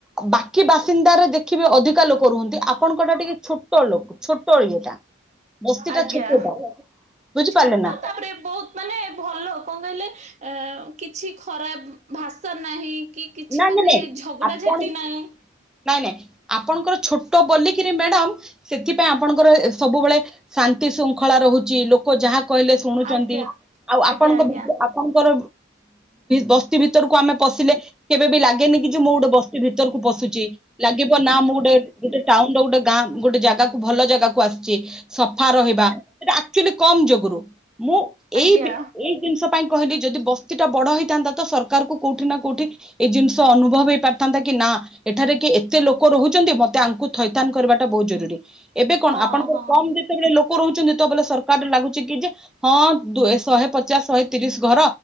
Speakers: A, in the centre; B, on the right.
A: ବାକି ବାସି। ଚିନ୍ଦାରେ ଦେଖିବେ ଅଧିକା ଲୋକ ରୁହନ୍ତି। ଆ। ଆପଣଙ୍କଟା ଟିକେ ଛୋଟ ଲୋକ ଛୋଟ ଇଏଟା।
B: ଆଜ୍ଞା
A: ଟା ଛୋଟଟା ବୁଝିପାରିଲେ
B: ଛୋଟ
A: ନା
B: ତାପରେ ବହୁତ ମାନେ ଭଲ। ଲ କଣ କହିଲେ ଆ କିଛି ଖରାପ ଭାଷା ନାହିଁ। କି କିଛି
A: ନାଇଁ
B: ମାନେ
A: ନାଇଁ ନାଇଁ
B: ଝଗଡାଝାଟି
A: ଆପଣ
B: ନାହିଁ।
A: ନାଇଁ ନାଇଁ ଆପଣଙ୍କର ଛୋଟ ବୋଲିକିରି ମ୍ୟାଡାମ ସେଥିପାଇଁ ଆପଣଙ୍କର ସବୁବେଳେ ଶାନ୍ତି ଶୃଙ୍ଖଳା ରହୁଛି ଲୋକ ଯାହା। କହିଲେ ଶୁଣୁଛନ୍ତି
B: ଆଜ୍ଞା
A: ଆଉ ଆପଣଙ୍କ
B: ଆଜ୍ଞା ଆଜ୍ଞା
A: ଭିତ ଆପଣଙ୍କର। ବସ୍ତି ଭିତରକୁ ଆମେ ପଶିଲେ। କେବେ ବି ଲାଗେ। କିି ମୁଁ ଗୋଟ ବସ୍ତି ଭିତରକୁ ପ। ସୁଚି ଲାଗିବ ନା ମୁଁ ଗୋଟେ ଗୋଟେ ଟାଉନ ର ଗୋଟେ ଗାଁ ଗୋଟେ ଜାଗାକୁ ଭଲ ଜାଗାକୁ ଆସିଛି। ସଫା ରହିବା ଟା। ଆଲି କମ୍ ଯୋଗରୁ। ମୁଁ
B: ଆଜ୍ଞା
A: ଏଇ ଏଇ ଜିନିଷ। ପାଇଁ କହିଲି ଯଦି ବସ୍ତି ଟା ବଡ ହେଇଥାନ୍ତା ତ ସରକାର କୁ କୋଉଠି ନା କୋଉଠି। ଏଇ ଜିନିଷ ଅନୁଭବ ହେଇ ପାରିଥାନ୍ତା କି ନା ଏଠାରେ କି ଏତେ ଲୋକ ରହୁଛନ୍ତି ମତେ ଆଙ୍କୁ ଥଇଥାନ କରିବାଟା ବହୁତ ଜରୁରୀ। ଏବେ କଣ
B: ହଁ
A: ଆପଣଙ୍କର
B: ହଁ।
A: କମ୍ ଯେତେବେଳେ ଲୋକ। କରଉଛନ୍ତି ତ ବଲେ ସରକାର ଲାଗୁଛି କି ଯେ ହଁ ଦୂ ଶହେ ପଚାଶ ଶହେ ତିରିଶ ଘର